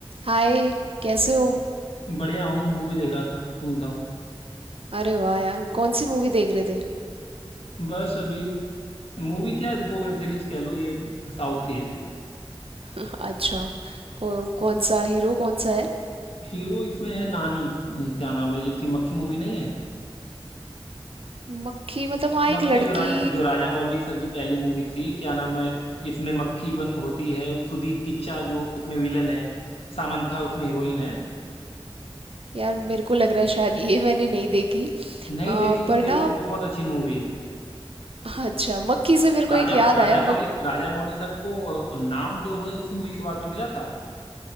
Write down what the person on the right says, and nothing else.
हाय कैसे हो
अरे वाह यार कौन सी मूवी देख रहे थे
अच्छा कौ, कौन सा हीरो कौन सा है
मक्खी मतलब हाँ एक
लड़की
यार मेरे को लग रहा है शायद ये मैंने नहीं देखी
अ,
पर
ना
अच्छा मक्खी से मेरे को
एक याद
आया
मक